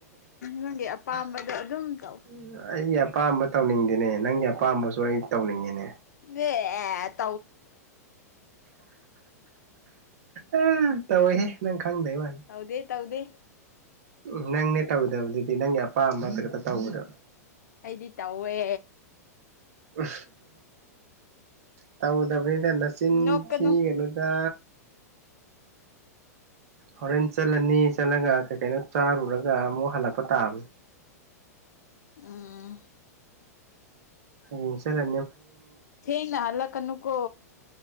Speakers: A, on the left; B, on the right.
A: ꯅꯪꯒꯤ ꯑꯄꯥꯝꯕꯗꯣ
B: <unintelligible>
A: ꯑꯗꯨꯝ ꯇꯧ
B: ꯑꯩꯒꯤ ꯑꯄꯥꯝꯕ ꯇꯧꯅꯤꯡꯗꯦꯅꯦ ꯅꯪꯒꯤ ꯑꯄꯥꯝꯕꯁꯨ ꯑꯩ ꯇꯧꯅꯤꯡꯉꯤꯅꯦ
A: <inaudible> <unintelligible>
B: <inaudible> <unintelligible> <unintelligible> ꯎ ꯇꯧꯋꯦꯍ ꯅꯪ ꯈꯪꯗꯩ ꯋꯥꯅꯤ
A: ꯇꯧꯗꯦ ꯇꯥꯎꯗꯦ
B: ꯎꯝ ꯅꯪꯅꯦ ꯇꯧꯗꯕꯗꯨꯗꯤ ꯅꯪꯒꯤ ꯑꯄꯥꯝꯕꯊꯛꯇ ꯇꯧꯕꯗꯣ
A: ꯑꯩꯗꯤ ꯇꯧꯋꯦ
B: ꯎ ꯇꯕꯨꯗꯕꯤ ꯍꯗꯦꯟ ꯅꯆꯤꯟ
A: ꯅꯣꯛꯀꯅꯨ
B: ꯊꯤ ꯀꯩꯅꯣꯗ ꯍꯣꯔꯦꯟ ꯆꯠꯂꯅꯤ ꯆꯠꯂꯒ ꯀꯩ ꯀꯩꯅꯣ ꯆꯥꯔꯨꯔꯒ ꯑꯃꯨꯛ ꯍꯜꯂꯛꯄ ꯇꯥꯕꯅꯦ
A: ꯑꯝ
B: ꯍꯁꯔ
A: ꯊꯡꯦꯅ ꯑꯜꯂ ꯀꯅꯨꯀꯣ